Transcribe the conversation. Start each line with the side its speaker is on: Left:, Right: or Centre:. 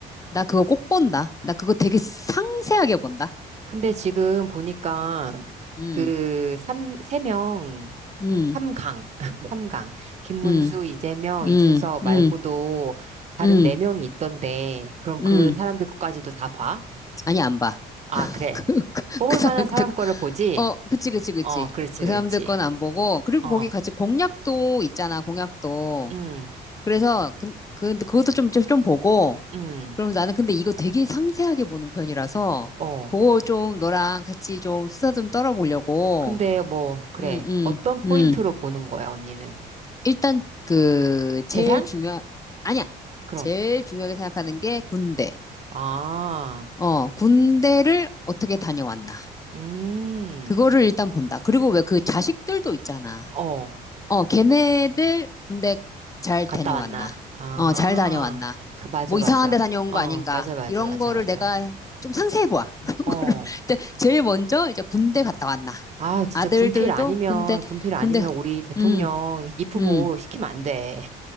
Left: 나 그거 꼭 본다. 나 그거 되게 상세하게 본다.
Right: 근데 지금 보니까
Left: 음,
Right: 그 삼, 세 명,
Left: 음,
Right: 삼강, 삼강. <laughs> 김문수,
Left: 음,
Right: 이재명,
Left: 음,
Right: 이준석 말고도
Left: 음,
Right: 다른
Left: 음,
Right: 네 명이 있던데, 그럼 그
Left: 음.
Right: 사람들 것까지도 다 봐?
Left: 아니, 안 봐. <laughs>
Right: 아, 그래.
Left: 그, 그,
Right: 뽑을
Left: 그 사람들,
Right: 만한 사람 거를 보지?
Left: 거- 어, 그치, 그치, 그치.
Right: 어, 그렇지,
Left: 그
Right: 그렇지.
Left: 사람들 건 안 보고. 그리고
Right: 어,
Left: 거기 같이 공약도 있잖아, 공약도.
Right: 응,
Left: 그래서, 그, 그, 그것도 좀, 좀, 좀 보고.
Right: 응,
Left: 그럼 나는 근데 이거 되게 상세하게 보는 편이라서,
Right: 어.
Left: 그거 좀 너랑 같이 좀 수다 좀 떨어보려고.
Right: 근데 뭐, 그래.
Left: 음, 음,
Right: 어떤 포인트로
Left: 음.
Right: 보는 거야, 언니는?
Left: 일단 그 제일
Right: 재산?
Left: 중요 아니야.
Right: 그럼.
Left: 제일 중요하게 생각하는 게 군대.
Right: 아,
Left: 어, 군대를 어떻게 다녀왔나.
Right: 음,
Left: 그거를 일단 본다. 그리고 왜 그 자식들도 있잖아.
Right: 어,
Left: 어, 걔네들 군대 잘
Right: 갔다
Left: 다녀왔나.
Right: 왔나? 아,
Left: 어, 잘 다녀왔나.
Right: 그, 맞아,
Left: 뭐
Right: 맞아.
Left: 이상한 데 다녀온
Right: 어,
Left: 거 아닌가.
Right: 맞아, 맞아,
Left: 이런
Right: 맞아,
Left: 거를
Right: 맞아.
Left: 내가 좀 상세히 봐. <laughs> 그런
Right: 어.
Left: 거를. 근데 제일 먼저 이제 군대 갔다 왔나.
Right: 아, 진짜
Left: 아들들도
Right: 군필 아니면,
Left: 군대,
Right: 군필 아니면
Left: 군대,
Right: 우리 대통령
Left: 음,
Right: 입후보
Left: 음.
Right: 시키면 안 돼.